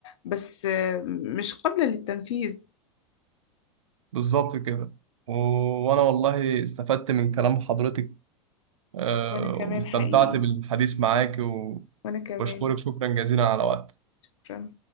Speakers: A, on the left (about 65°); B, on the right (about 75°).
A: بس آه، مش قابلة للتنفيذ
B: بالظبط كده و- وانا والله استفدت من كلام حضرتك آه،
A: وأنا كمان
B: واستمتعت
A: حقيقي
B: بالحديث معاك
A: وأنا كمان
B: وبشكرك شكرا جزيلا على وقتك
A: شكرا